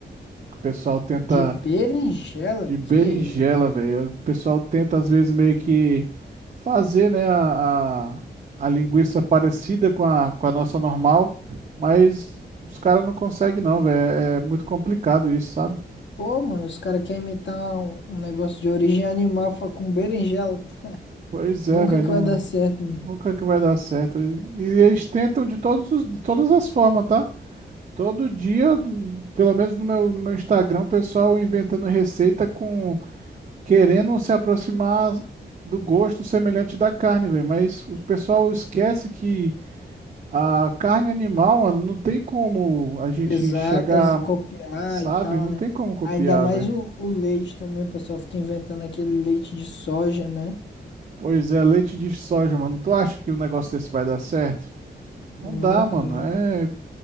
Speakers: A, on the right (about 40°); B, on the left (about 85°).
A: O pessoal tenta
B: De berinjela,
A: de
B: que
A: berinjela,
B: isso?
A: velho. O pessoal tenta às vezes meio que fazer, né, a, a, a linguiça parecida com a, com a nossa normal, mas os caras não conseguem não, velho. É é muito complicado isso, sabe?
B: Pô, mano, os caras querem imitar um, um negócio de origem animal fa- com berinjela.
A: Pois
B: Nunca
A: é, velho,
B: que
A: não,
B: vai dar certo,
A: nunca que vai dar certo. E, e eles tentam de todos, os- de todas as formas, tá? Todo dia, pelo menos no meu, no meu Instagram, o pessoal inventando receita com querendo se aproximar do gosto semelhante da carne, velho. Mas o pessoal esquece que a carne animal, mano, não tem como a gente
B: exatas
A: chegar,
B: e copiar
A: sabe?
B: e tal,
A: Não
B: né?
A: tem como copiar,
B: Ainda mais
A: velho.
B: o, o leite também, o pessoal fica inventando aquele leite de soja, né?
A: Pois é, leite de soja, mano. Tu acha que um negócio desse vai dar certo? Não
B: Nunca,
A: dá, mano.
B: nunca.
A: É